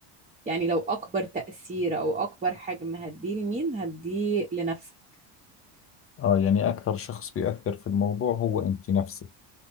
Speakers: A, on the right; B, on the left.
A: يعني لو أكبر تأثير أو أكبر حجم هتديه لمين هتديه لنفسك
B: آه يعني أكثر شخص بيأثر في الموضوع هو أنت نفسك